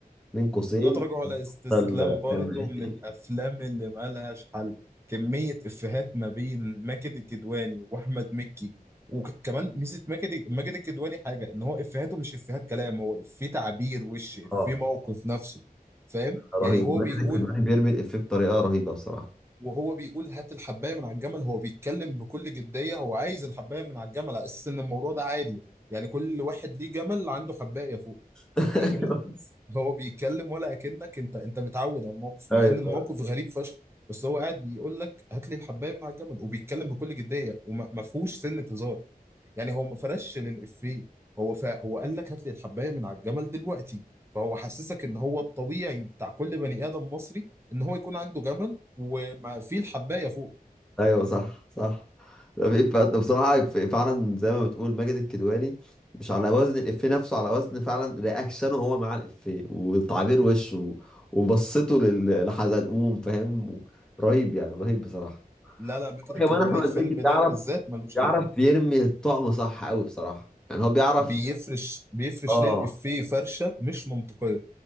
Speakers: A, in the centre; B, on the right.
A: بين قوسين
B: لا تراجع ولا استسلام
A: ال-
B: برضو
A: <laughs>
B: من الافلام اللي مالهاش حل كمية افيهات ما بين ماجد الكدواني واحمد مكي وكمان ميزة ماجد ماجد الكدواني حاجة ان هو افيهاته مش افيهات كلام هو افيه تعبير وش افيه
A: اه
B: موقف نفسي فاهم
A: رهيب
B: يعني هو
A: ماجد
B: بيقول
A: الكدواني بيرمي الافيه بطريقه رهيبه بصراحه
B: وهو بيقول هات الحباية من على الجمل هو بيتكلم بكل جدية هو عايز الحباية من على الجمل على اساس ان الموضوع ده عادي يعني كل واحد ليه جمل عنده حباية فوق
A: <laughs>
B: فاهمني هو بيتكلم ولا اكنك انت انت متعود على الموقف
A: ايوه
B: مع ان الموقف غريب فشخ بس هو قاعد بيقول لك هات لي الحبايه من على الجمل وبيتكلم بكل جديه وما فيهوش سنه هزار يعني هو ما فرش للافيه هو ف... هو قال لك هات لي الحبايه من على الجمل دلوقتي فهو حسسك ان هو الطبيعي بتاع كل بني ادم مصري ان هو يكون عنده جمل وما فيه الحبايه فوق
A: ايوه صح صح لا، في إف- بصراحه إف- فعلا زي ما بتقول ماجد الكدواني مش على وزن الإفيه نفسه على وزن فعلا رياكشنه هو مع الإفيه وتعبير وشه و- وبصته لل- لحزلقوم فاهم رهيب يعني رهيب بصراحه
B: لا لا ماجد الكدواني
A: كمان احمد
B: الفيلم
A: مكي بيعرف
B: ده بالذات ملوش
A: بيعرف
B: حل
A: يرمي الطعم صح قوي بصراحه يعني هو بيعرف
B: بيفرش بيفرش
A: اه
B: للافيه فرشه مش منطقيه